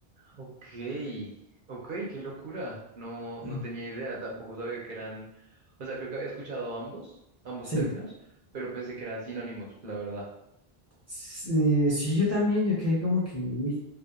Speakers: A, on the right (about 60°); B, on the left (about 15°).
A: ok, ok, qué locura. No,
B: <clears throat>
A: no tenía idea, tampoco sabía que eran, o sea, creo que había escuchado ambos, ambos
B: Sí.
A: términos, pero pensé que eran sinónimos, la verdad.
B: Sí, sí, yo también, yo quedé como que, uy.